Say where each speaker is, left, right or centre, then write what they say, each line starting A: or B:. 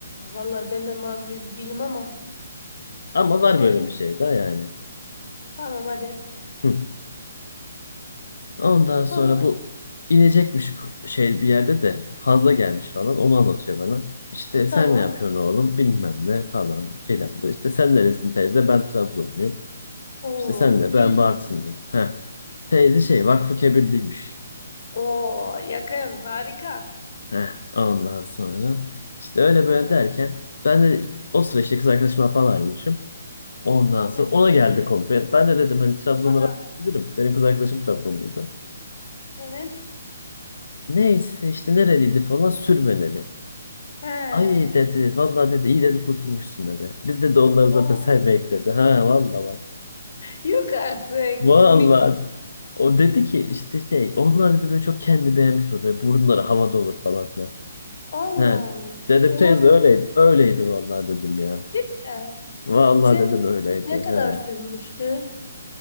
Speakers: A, on the left; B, on the left.
A: Vallahi ben de mavi gözlü değilim ama.
B: Ama var
A: Evet.
B: böyle bir şey daha yani.
A: Tamam hadi.
B: Hı. Ondan
A: Sonra
B: sonra bu inecekmiş ko- şey bir yerde de fazla gelmiş falan onu anlatıyor bana. İşte
A: tamam.
B: sen ne yapıyorsun oğlum bilmem ne falan filan da. İşte sen neresin teyze ben Trabzonluyum.
A: Oo
B: İşte sen de
A: bildim.
B: ben Bartınlıyım. Heh. Teyze şey Vakfı Kebirliymiş.
A: Oo yakın. Harika.
B: Heh. Ondan sonra işte öyle
A: Ha,
B: böyle derken ben de o sıra işte kız arkadaşımla falan ayrılmışım. Ondan sonra
A: evet.
B: ona geldi konu. Ben, ben de dedim hani Trabzonlara
A: Aha.
B: bilirim. Benim kız arkadaşım Trabzonluydu.
A: Evet.
B: Neyse işte nereliydi falan sürmeneli.
A: He.
B: Ay dedi. Vallahi dedi iyi dedi kurtulmuşsun dedi. Biz dedi onları zaten
A: Oo.
B: sevmeyek dedi. Ha vallahi bak.
A: Yok artık.
B: Vallahi.
A: Komik. mi?
B: O dedi ki işte şey onlar dedi böyle çok kendi beğenmiş olur. Böyle burunları havada olur falan filan.
A: Allah
B: He.
A: Allah.
B: Dedim
A: Olabilir.
B: teyze öyleydi. Öyleydi vallahi dedim ya.
A: Cidden.
B: Vallahi
A: Sen
B: dedim öyleydi.
A: ne kadar
B: He.
A: sürmüştü?